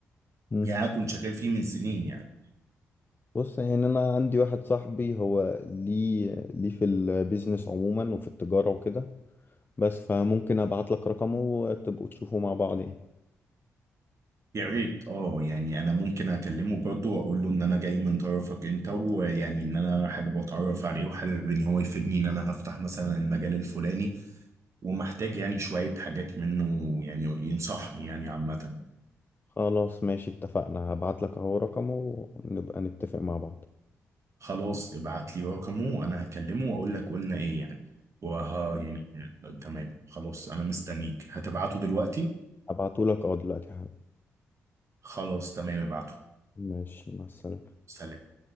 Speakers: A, on the left; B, on the right.
A: مم.
B: يعني أنا كنت شغال فيه من سنين يعني
A: بص يعني انا عندي واحد صاحبي هو ليه ليه في البيزنس عموما وفي التجاره وكده بس فممكن ابعت لك رقمه وتبقوا تشوفوا مع بعض يعني
B: يا ريت اه يعني انا ممكن اكلمه برضه واقول له ان انا جاي من طرفك انت ويعني ان انا حابب اتعرف عليه وحابب ان هو يفيدني ان انا هفتح مثلا المجال الفلاني ومحتاج يعني شوية حاجات منه يعني ينصحني يعني عامة
A: خلاص ماشي اتفقنا هبعت لك اهو رقمه ونبقى نتفق مع بعض
B: خلاص ابعت لي رقمه وانا هكلمه واقول لك قلنا ايه يعني وها يعني تمام خلاص انا مستنيك هتبعته دلوقتي
A: هبعتهولك اه دلوقتي حالا
B: خلاص تمام ابعته
A: ماشي مع السلامة
B: سلام